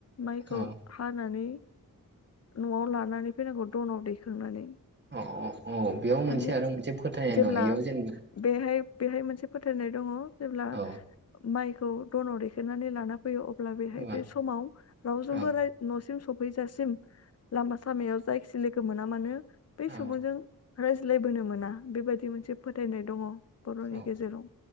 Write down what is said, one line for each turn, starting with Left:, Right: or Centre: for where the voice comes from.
Left: माइखौ
Right: औ
Left: हानानै न'आव लानानै फैनांगौ दनाव दैखांनानै
Right: अ अह औ बेयाव मोनसे
Left: माने
Right: आरो मोनसे फोथायनाय
Left: जेब्ला
Right: दं बेयाव जेनेबा
Left: बेहाय बेहाय मोनसे फोथायनाय दङ जेब्ला
Right: औ
Left: माइ खौ दनाव दैेखायनानै लाना फैयो अब्ला बेहाय
Right: औ
Left: बे समाव रावजोंबो
Right: औ
Left: नों सफैजासिम लामा सामायाव जाय सिलोगो मोना मानो बे
Right: औ
Left: सुबुंजों रायज्लायबोनो मोना बेबायदि मोनसे फोथायनाय दङ बर'नि
Right: औ
Left: गेजेराव